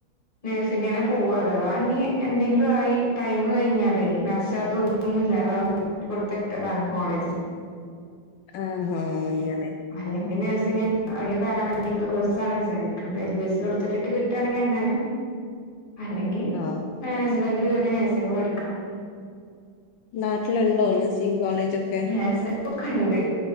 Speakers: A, on the left (about 25°); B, on the left (about 80°).
A: നേഴ് സിങ്നെന്നെ പോവാഅതവാ ഇനി എന്തെങ്കിലുംആയി ടൈമ് കഴിഞ്ഞാലേ ലാസ്റ്റതു ഒന്നുല്ലാതെആവും ജസ്റ്റ്കൊടുത്ത് ഇട്ടതാ കോളേജ്ക്
B: ആഹാ അങ്ങനെ
A: അല്ലെങ്കിൽ നഴ്സിങ്ങ് അല്ലെങ്കി പാരാമെഡിക്കൽ കോഴ്സെസാണ് വിചാരിക്കണുന്നത് എൽ ബി എസ്ൽ കൊടുത്തിട്ട് കിട്ടുകട്ടാണെങ്കിൽ അങ്ങനെ അല്ലെങ്കി
B: ആഹ്
A: മാനേജ്മെന്റില് കേറി നേഴ്സിങ് പഠിക്കണം.
B: നാട്ടില്ണ്ടോ നസീം കോളേജൊക്കെ?
A: നേസിങ്ങ് ഒക്കെണ്ട്